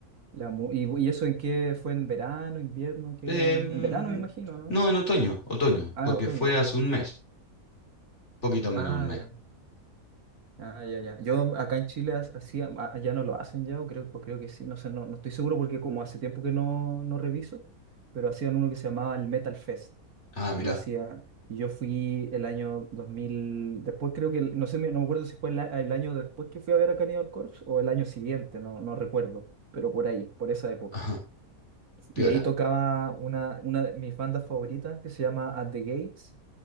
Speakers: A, on the right (about 85°); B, on the left (about 50°).
A: la mu- y, ¿Y eso en qué fue? ¿En verano, invierno? ¿Qué?
B: Em,
A: En verano me imagino, ¿no?
B: no, en otoño, otoño,
A: Ah,
B: porque
A: otoño.
B: fue hace un mes, poquito menos
A: Ah,
B: de un mes.
A: ya. Ah, ya, ya. Yo acá en Chile ha- hacía, a- allá no lo hacen ya, o creo, o creo que sí, no sé, no, no estoy seguro porque como hace tiempo que no, no reviso, pero hacían uno que se llamaba el Metal Fest.
B: Ah, mirá,
A: que lo hacía. Y yo fui el año 2000 después creo que, el- no sé, no me acuerdo si fue el, a- el año después que fui a ver a Cannibal Corpse o el año siguiente, no, no recuerdo, pero por ahí, por esa época.
B: ajá, piola.
A: Y ahí tocaba una, una de mis bandas favoritas que se llama At the Gates